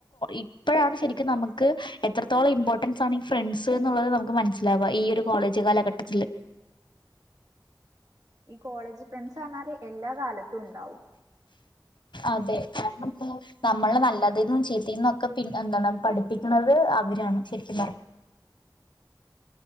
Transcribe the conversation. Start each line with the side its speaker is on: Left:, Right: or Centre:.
Left: ഇപ്പഴാണ് ശരിക്കും നമമ. ക്ക് എത്രത്തോളം ഇമ്പോർട്ടൻസ് ആണ് ഈ ഫ്രണ്ട്സ് എന്നുള്ളത് നമുക്ക് മനസ്സിലാവാ ഈ ഒരു കോളേജ് കാലഘട്ടത്തില്.
Right: ഈ കോളേജ് ഫ്രണ്ട്സ് അർഞ്ഞാല് എല്ലാ കാലത്തും ഉണ്ടാവും.
Left: അതെ കാരണം ഇപ്പോ നമ്മളിലെ നല്ലതിൽന്നും ചീത്തീന്നും ഒക്കെ പിൻ എന്താണ് പഠിപ്പിക്ക്‌ണത് അവരാണ് ശരിക്കും പറഞാ